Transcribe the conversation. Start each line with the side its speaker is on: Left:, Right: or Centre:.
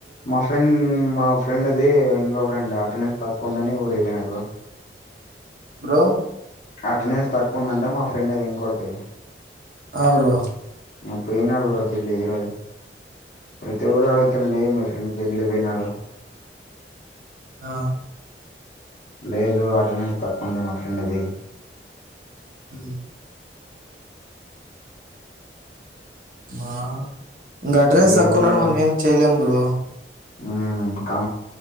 Left: మా ఫ్రెండ్ మా ఫ్రెండ్ అది ఇంకో ఫ్రెండ్ అటెండెన్స్ తక్కువ ఉందని ఊరే పోయినాడు
Right: బ్రో
Left: అటెండెన్స్ తక్కువ ఉందంట మా ఫ్రెండ్ ది ఇంకోటి
Right: అ బ్రో
Left: ఆ పోయినాడు బ్రో జల్దీ ఈరోజు, ప్రతి రోజు అడుగుతునా ఏ ఫ్రెండ్ జల్దీ పోయినాడు
Right: ఆ
Left: లేదు అటెండెన్స్ తక్కువ ఉంది మా ఫ్రెండ్ది
Right: మ్ మా ఇంకా ఆగడ్డ్రెస్ తక్కున్నాడు
Left: ఏం లే
Right: మన ఏంయలేము బ్రో
Left: ఉమ్ ఇంకా